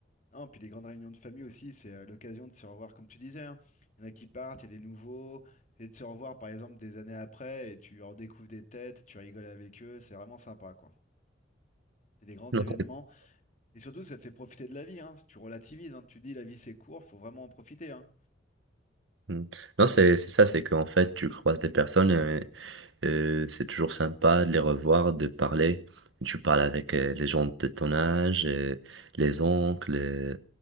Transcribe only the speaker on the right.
Non,
Mm. Non, c'est c'est ça, c'est qu'en fait, tu croises des personnes, euh, euh, c'est toujours sympa de les revoir, de parler. Tu parles avec euh, les gens de ton âge, euh, les oncles, euh,